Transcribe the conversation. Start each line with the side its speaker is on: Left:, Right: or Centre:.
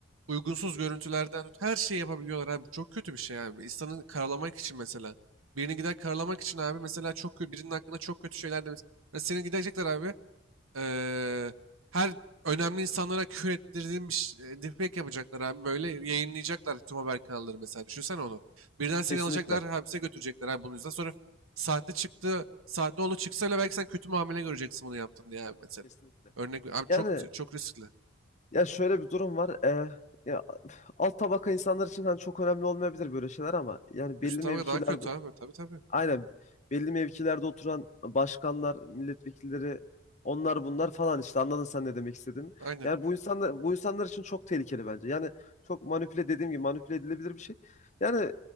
Right: uygunsuz görüntülerden tut, her şeyi yapabiliyorlar abi. Çok kötü bir şey abi. İnsanı karalamak için mesela. Birini gider karalamak için abi mesela çok kötü, birinin hakkında çok kötü şeyler demiş. Mesela seni gidecekler abi eee, her önemli insanlara küfür ettirdiğim bir ş- e, deepfake yapacaklar abi. Böyle yayınlayacaklar tüm haber kanalları mesela. Düşünsene onu. Birden seni
Left: Kesinlikle.
Right: alacaklar hapse götürecekler abi bunun yüzünden. Sonra sahte çıktı, sahte oğlu çıksa bile belki sen kötü muamele göreceksin bunu yaptın diye abi mesela.
Left: Kesinlikle.
Right: Örnek abi
Left: Yani
Right: çok çok riskli.
Left: ya şöyle bir durum var. E, ya alt tabaka insanlar için hani çok önemli olmayabilir böyle şeyler ama yani
Right: Üst
Left: belli
Right: tabaka
Left: mevkiler
Right: daha kötü abi. Tabii tabii.
Left: aynen belli mevkilerde oturan başkanlar, milletvekilleri onlar bunlar falan işte anladın sen ne demek istediğimi.
Right: Aynen.
Left: Yani bu insanlar bu insanlar için çok tehlikeli bence. Yani çok manipüle dediğim gibi manipüle edilebilir bir şey. Yani e,